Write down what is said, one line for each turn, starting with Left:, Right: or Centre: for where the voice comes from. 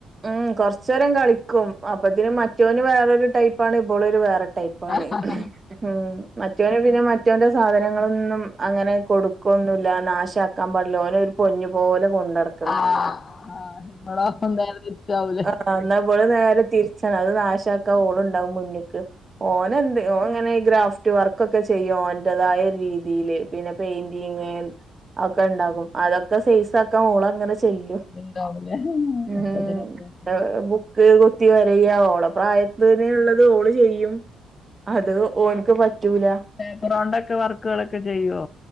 Right: ഉം കൊറച്ചേരം കളിക്കും അപ്പത്തിന് മറ്റവന് വേറൊരു ടൈപ്പ് പാണ് ഇബളൊരു വേറെ ടൈപ്പാണ്
Left: ആഹ്
Right: ഹ്. ഉം മറ്റവന് പിന്നെ മറ്റവന്റെ സാധനങ്ങളൊന്നും അങ്ങനെ കൊടുക്കോന്നുല്ല ല്ല നാശ ആക്കാൻ പാടില്ല ഓനെ ഒരു പൊന്നു പോലെ കൊണ്ട നടക്കും
Left: ആഹ് ഇങ്ങളോ നേരെ തിരിച്ചാവും ലെ
Right: ആ ന്ന വെള് നേരെ തിരിച്ചാണ് അത് നാശാക്ക ഓളുണ്ടാവും മുന്നിക്ക്. ഓൻ എന്ത് ഓൻ ങ്ങനെ ഗ്രാഫ്റ്റ് വർക്ക്ഒക്കെ ചെയ്യും ഓന്റെതായ രീതിയില് പിന്നെ പെയിന്റിങ് അത്‌ ഒക്കെ ഉണ്ടാക്കും അതൊക്കെ സൈസ് ആക്കാ ഓൾ അങ്ങനെ ചെയ്യും
Left: ഉണ്ടാവൂലേ
Right: ഉം
Left: ഒപ്പത്തിനൊപ്പം
Right: ബുക്ക് കുത്തി വരയ ഓളെ പ്രായത്തിനുള്ളത് ഓള് ചെയ്യും അത് ഓൻക്ക് പറ്റൂല.
Left: പേപ്പറൊണ്ടൊക്കെ വർക്ക്‌ വർക്ക്‌ കളൊക്കെ ചെയ്യോ